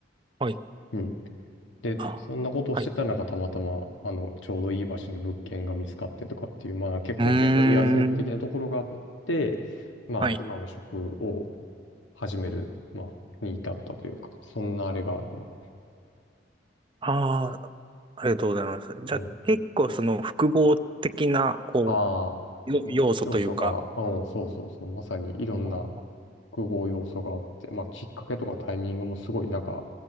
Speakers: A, on the right; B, on the left.
A: はい。
B: うんで、
A: あー。
B: そんなことをしてたらなんかたまたま、
A: はい。
B: あの、ちょうどいい場所に物件が見つかってとかっていう、まあ結構巡り合わせ的なところがあって、
A: うーん。
B: まあ今の職を
A: はい。
B: 始める、まあ、に至ったというか、そんなあれがあるね。
A: ああ、ありがとうございます。じゃあ、
B: うん。
A: 結構その複合的な、こ
B: ああ、
A: う、よ要素というか。
B: い要素が、うん、そうそうそう、まさにいろんな
A: あー
B: 複合要素があって、まあきっかけとかタイミングもすごいなんか、